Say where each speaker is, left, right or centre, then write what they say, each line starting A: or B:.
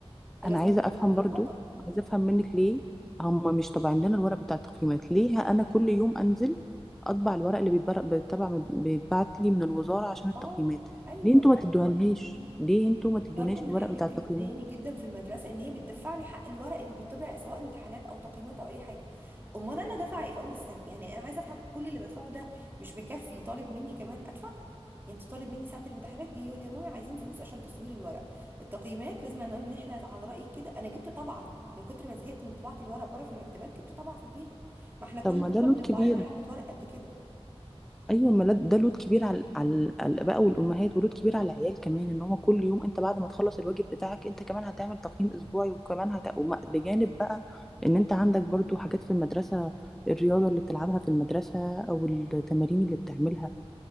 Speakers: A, on the right (about 20°); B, in the centre.
A: فلازم
B: انا عايزه
A: تبقى
B: افهم
A: متظبطه
B: برضو عايزه افهم منك ليه هم مش طابعين لنا الورق بتاع التقييمات ليه انا كل يوم انزل اطبع الورق اللي بيتبر- بيتبع من- بيتبعت لي من الوزاره عشان التقييمات
A: اه ايوه
B: ليه انتوا ما تدوهالهاش ليه انتوا ما تدوناش
A: برضو من
B: الورق
A: الحاجات
B: بتاع التقييمات
A: اللي بتضايقني جدا في المدرسه ان هي بتدفعني حق الورق اللي بيطبع سواء امتحانات او تقييمات او اي حاجه امال انا دافعه ايه في اول السنه يعني انا عايزه افهم كل اللي بدفعه ده مش مكفي طالب مني كمان ادفع يعني انت طالب مني ساعه الامتحانات جاي يقول لي يا ماما عايزين فلوس عشان تصوير الورق التقييمات لازم ان إن احنا على رايك كده انا جبت طبعه من كتر ما زهقت من طباعه الورق بره في المكتبات جبت طبعه في البيت ما احنا كل
B: طب ما
A: اسبوع
B: ده لود
A: بنطبع
B: كبير
A: لنا حبه ورق قد كده
B: ايوه ما لد- ده لود كبير على على على الاباء والامهات ولود كبير على العيال كمان ان هو كل يوم انت بعد ما تخلص الواجب بتاعك انت كمان هتعمل تقييم اسبوعي وكمان هت... وما- بجانب بقى ان انت عندك برضو حاجات في المدرسه الرياضه اللي بتلعبها في المدرسه او التمارين اللي بتعملها